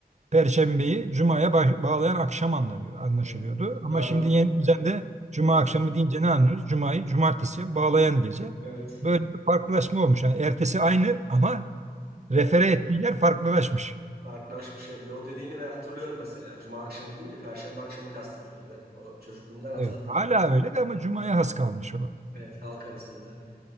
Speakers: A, on the right (about 45°); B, on the right (about 70°).
A: Perşembeyi Cuma'ya ba- bağlayan akşam anlanıyor, anlaşılıyordu.
B: Evet.
A: Ama
B: Şu anda
A: şimdi yeni düzende Cuma
B: evet.
A: akşamı deyince ne anlıyoruz? Cuma'yı Cumartesi'ye bağlayan gece.
B: Evet.
A: Böyle bir farklılaşma olmuş. Yani ertesi aynı ama refere
B: Evet,
A: ettiği yer farklılaşmış.
B: farklılaşmış yerinde. O dediğini ben hatırlıyorum mesela. Cuma akşamı deyince Perşembe akşamı kastedilirdi. O çocukluğumdan hatırlarım
A: Evet. Hala
B: ben.
A: öyle de ama Cuma'ya has kalmış o.
B: Evet, halk arasında.